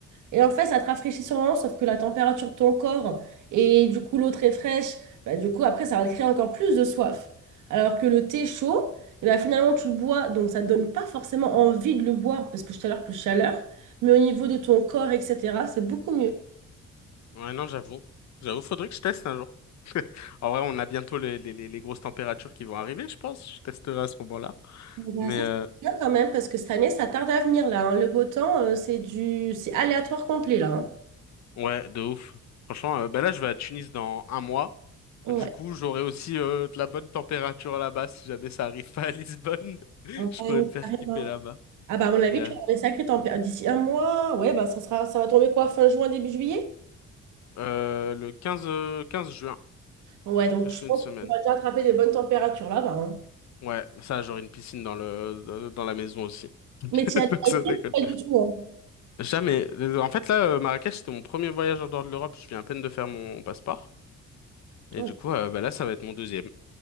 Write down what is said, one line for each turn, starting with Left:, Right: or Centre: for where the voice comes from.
Right: Et en fait, ça te rafraîchit sûrement, sauf que la température de ton corps et du coup l'eau très fraîche, bah, du coup après, ça va te créer encore plus de soif. Alors que le thé chaud, et ben finalement, tu le bois, donc ça ne donne pas forcément envie de le boire, parce que tout à l'heure, plus chaleur, mais au niveau de ton corps, etc., c'est beaucoup mieux.
Left: ouais, non, j'avoue. J'avoue, faudrait que je teste un jour. <laughs> En vrai, on a bientôt les, les, les les grosses températures qui vont arriver, je pense. Je testerai à ce moment-là.
Right: Bah,
Left: Mais
Right: ça,
Left: euh,
Right: c'est Bien quand même, parce que cette année, ça tarde à venir là. hein. Le beau temps, euh, c'est du... c'est aléatoire complet là. hein.
Left: ouais, de ouf. Franchement, euh, bah là, je vais à Tunis dans un mois.
Right: Ouais,
Left: Du coup, j'aurai aussi euh, de la bonne température là-bas si jamais ça arrive pas à Lisbonne. <laughs> Je
Right: en vrai,
Left: pourrais me faire
Right: carrément.
Left: kiffer là-bas.
Right: Ah bah à mon avis,
Left: Yeah.
Right: tu vas avoir des sacrées tempêtes. D'ici un mois, ouais, bah ça sera, ça va tomber quoi, fin juin, début juillet?
Left: Euh, le quinze, euh, 15 juin,
Right: Ouais, donc
Left: je
Right: je
Left: fais
Right: pense
Left: une semaine.
Right: que tu vas déjà attraper de bonnes températures là-bas. hein.
Left: Ouais, ça, j'aurai une piscine dans le, dans, dans la maison aussi. <laughs>
Right: Mais tu as
Left: Donc
Right: déjà
Left: ça, ça
Right: été?
Left: colle.
Right: Pas du tout.
Left: Jamais. En fait, là, euh, Marrakech, c'était mon premier voyage en dehors de l'Europe. Je viens à peine de faire mon passeport. Et
Right: hein.
Left: du coup, euh, bah là, ça va être mon deuxième.